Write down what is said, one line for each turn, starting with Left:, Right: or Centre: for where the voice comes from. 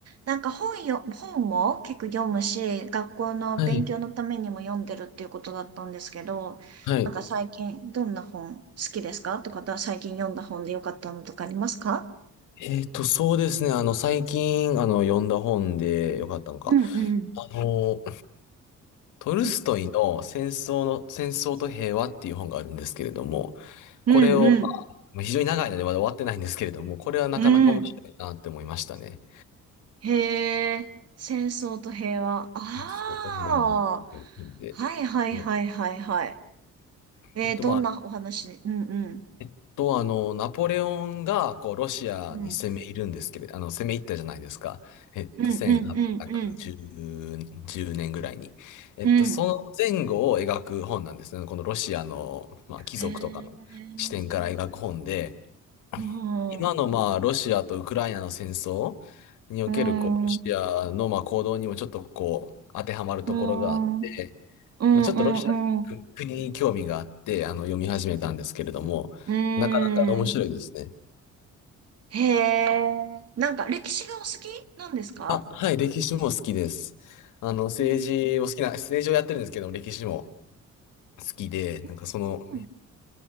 Right: なんか本よ、本も結構読むし、学校の勉強のためにも読んでるっていうことだったんですけど、
Left: はい。はい。
Right: なんか最近どんな本好きですかとか、だ最近読んだ本で良かったのとかありますか
Left: えっと、そうですね。あの、最近、あの、読んだ本でよかったのか。
Right: うんうん。
Left: あの、トルストイの戦争の、
Right: うん
Left: 戦争と平和っていう本があるんですけれども、
Right: うん
Left: これを、まあ、非常に長いのでまだ終わってないんですけれども、これはなかなか面白いなって思いましたね。
Right: うん。へえ、戦争と平和。ああ、
Left: 戦争と平和っていう本で。
Right: はいはいはいはいはい。
Left: で
Right: えー、
Left: えっと、
Right: どんなお話うんうん。
Left: まあ、えっと、あの、ナポレオンが、こう、ロシアに攻め入るんですけれど、
Right: うん
Left: あの、攻め入ったじゃないですか。えっと、
Right: うんうんうん
Left: 1810、年ぐらいに。えっと、
Right: うん。うん。
Left: その前後を描く本なんですね。このロシアの、まあ、貴族とかの視点から描く本で、
Right: へえ。う
Left: 今の、
Right: ん。
Left: まあ、ロシアとウクライナの戦争における、
Right: うん、
Left: こう、ロシアの、
Right: う
Left: まあ、行動にもちょっと、こう、当てはまるところがあって、
Right: ん、うん、うん、
Left: まあ、ちょっとロシアっていう国に興味があって、
Right: うん。
Left: あの、読み始めたんですけれども、
Right: うんうん
Left: なかなか面白いですね。
Right: へえ。なんか歴史がお好きなんですか
Left: あ、はい、歴史も好きです。あの、政治を好きな、
Right: へ
Left: 政治をやってるんですけど歴史も好きで、
Right: え
Left: なんかその、
Right: うん、